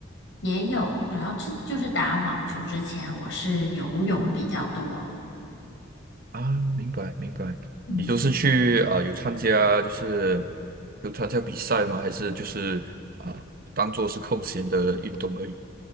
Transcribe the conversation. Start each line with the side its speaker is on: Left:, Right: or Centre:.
Left: 也有。然后这就是打网球之前，我是游泳比较多，
Right: 啊，明白明白。
Left: 嗯。
Right: 你都是去啊有参加就是有参加比赛吗？还是就是啊当做是空闲的运动而已？